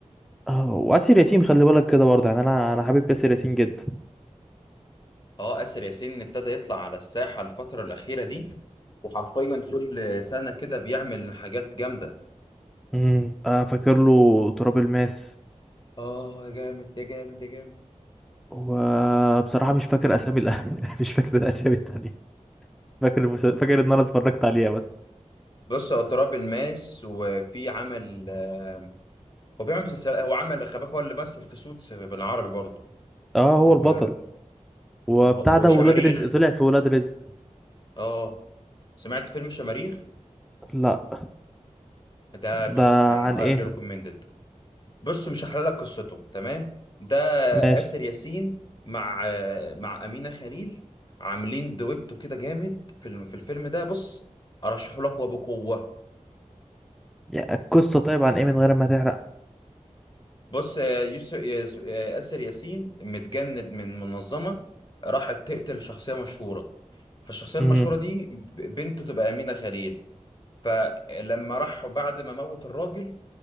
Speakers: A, in the centre; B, on the left (about 40°).
A: اه وآسر ياسين خلي بالك كده برضه يعني انا انا حابب آسر ياسين جدا
B: اه آسر ياسين ابتدى يطلع على الساحه الفتره الاخيره دي وحرفيا كل سنه كده بيعمل حاجات جامده
A: امم آه فاكر له تراب الماس
B: اه يا جامد يا جامد يا جامد
A: وبصراحة مش فاكر اسامي الأ- <laughs> مش فاكر الاسامي التانية فاكر المسا... فاكر ان انا اتفرجت عليها بس
B: بص هو تراب الماس وفي عمل آه، هو بيعمل مسلسل هو عمل خباك هو اللي مثل في سوتس بالعربي برضه
A: اه هو
B: و...
A: البطل وبتاع
B: آه وشماريخ
A: ده ولاد رزق طلع في ولاد رزق
B: اه سمعت فيلم شماريخ
A: لا
B: ده بص
A: ده
B: يعني
A: عن
B: هايلي
A: ايه
B: ريكومندد بص مش هحلل لك قصته تمام ده
A: ماشي
B: آسر ياسين مع آه، مع أمينة خليل عاملين دويتو كده جامد في الم- في الفيلم ده بص ارشحه لك وبقوة
A: يا القصة طيب عن ايه من غير ما تحرق
B: بص آه، يوسف ياس- آه، ياسر ياسين متجند من منظمة راحت تقتل شخصية مشهورة فالشخصية المشهورة
A: مم.
B: دي ب- بنته تبقى أمينة خليل فلما راح بعد ما موت الراجل